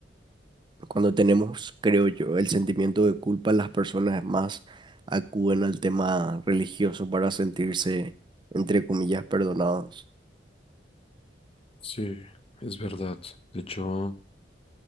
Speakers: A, on the right (about 25°); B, on the left (about 30°).
A: cuando tenemos, creo yo, el sentimiento de culpa, las personas más acuden al tema religioso para sentirse, entre comillas, perdonados.
B: Sí, es verdad. De hecho,